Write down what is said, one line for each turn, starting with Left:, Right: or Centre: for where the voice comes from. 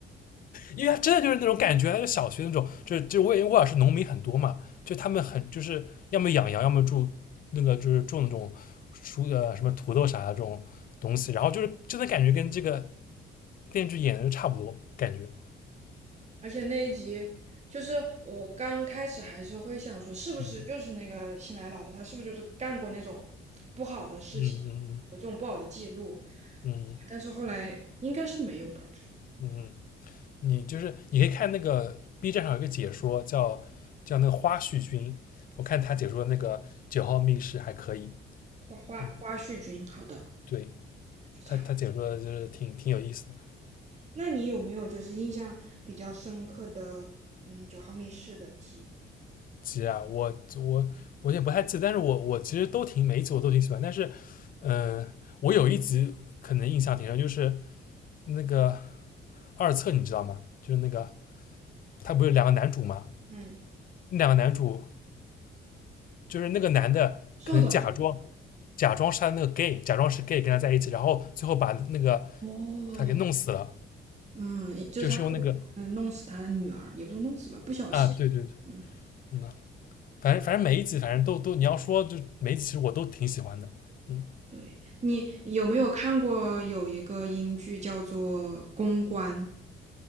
Left: 因为他真的就是那种感觉，就小学那种，就是就我也因为沃尔是农民很多嘛，就他们很就是要么养羊，要么住那个就是种那种蔬呃什么土豆啥的这种东西，然后就是真的感觉跟这个电视剧演的差不多，感觉，
Right: 而且那一集，就是我刚开始还是会想说，是不是就是那个新来老师，
Left: 嗯
Right: 他是不是就是干过那种不好的事情，
Left: 嗯嗯
Right: 有这种不好的记录？
Left: 嗯
Right: 但是后来应该是没有吧，就是
Left: 嗯，嗯，你就是你可以看那个 B 站上有一个解说叫叫那个花絮君，我看他解说那个九号密室还可以，
Right: 花花花絮君，
Left: 嗯，
Right: 好的，
Left: 对
Right: 去查。
Left: 他他解说的就是挺挺有意思的。
Right: 那你有没有就是印象比较深刻的，嗯，九号密室的集？
Left: 集啊，我我我也不太记得，但是我我其实都挺每一集我都挺喜欢，但是，嗯、呃我有一集可能印象挺深，就是那个二册，你知道吗？就是那个他不是有两个男主吗？
Right: 嗯，
Left: 那两个男主就是那个男的可能假装
Right: 瘦点儿
Left: 假装是他那个 gay，假装是 gay 跟他在一起，然后最后把那个
Right: 的哦，
Left: 他给弄死了，
Right: 嗯，就是他会，
Left: 就是用那个
Right: 嗯，弄死他的女儿，也不是弄死吧，不小心，
Left: 啊，对对对，
Right: 嗯，
Left: 嗯反正反正每一集反正都都你要说就每一集其实我都挺喜欢的，嗯，
Right: 对，你有没有看过有一个英剧叫做《公关》，